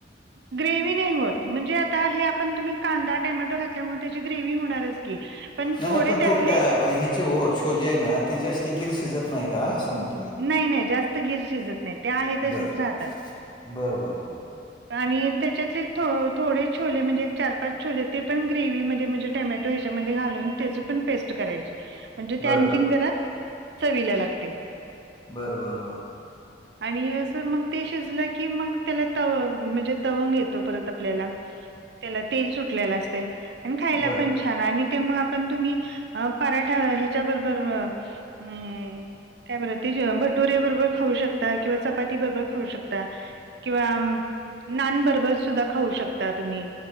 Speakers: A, on the right (about 65°); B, on the left (about 25°).
A: ग्रेव्ही नाही होत म्हणजे आता हे आपण तुम्ही कांदा टोमॅटो घातल्यामुळे त्याची ग्रेव्ही होणारच की पण
B: नाही,
A: थोडे
B: नाही ते
A: त्यातले
B: थोडं त्या ह्याचे छोले आहे ना ते जास्त गीर शिजत नाही का असं म्हणत
A: नाही नाही जास्त गीर शिजत नाही ते आहेत तसेच
B: बरोबर.
A: राहतात
B: बरं, बरं, बरं.
A: आणि त्याच्यातले थोडे छोले म्हणजे चार पाच छोले ते पण ग्रेव मध्ये म्हणजे टमॅटो ह्याच्यामध्ये घालून त्याची पण पेस्ट करायची म्हणजे
B: बरं,
A: ते आणखीन
B: बरं.
A: जरा चवीला लागते
B: बरं बर बर
A: आणि असं मग ते शिजलं की मग त्याला तव म्हणजे तवंग येतो परत आपल्याला त्याला तेल सुटलेल असते आणि खायला
B: बरं.
A: पण छान आणि ते मग आपण तुम्ही पराठा ह्याच्याबरोबर हम्म काय बर भटुरेबरोबर खाऊ शकता किंवा चपाती बरोबर खाऊ शकता किंवा नानबरोबर सुद्धा खाऊ शकता तुम्ही